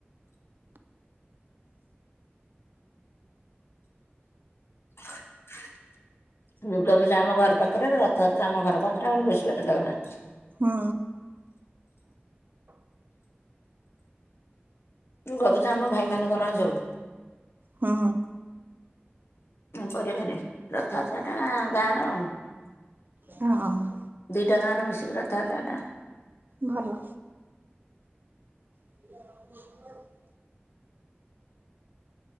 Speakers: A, on the left; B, on the right.
A: ହ <inaudible> ଦୁର୍ଗାପୂଜା ଆମ ଘର ପାଖରେ। ରଥଯାତ୍ରା ଆମ ଘର ପାଖରେ ଆମେ ବେଶୀ ବାଟ ଯାଉନା।
B: ହୁଁ।
A: ଗବୁ ତ ଆମ ଭାଇ ମାନଙ୍କର ଆମେ ଯାଉ।
B: ହୁଁ।
A: ଉଁ ପରିବାରବି ଯାତ୍ରା ରଥଯାତ୍ରା ଟା ଗାଁ ର ଆଉ।
B: ହୁଁ ଆମେ
A: ଦୁଇଟା ଗାଁର ମିଶିକି ରଥଯାତ୍ରା ଟା।
B: ଭଲ <inaudible>